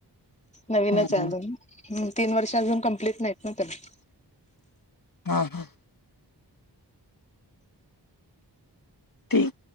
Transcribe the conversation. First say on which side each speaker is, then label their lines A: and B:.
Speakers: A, on the left; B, on the left.
A: नवीनच
B: हम्म
A: आहे
B: हम्म.
A: अजून. हम्म तीन वर्ष अजुन कंप्लीट नाहीत ना त्याला
B: हा हां. ठीक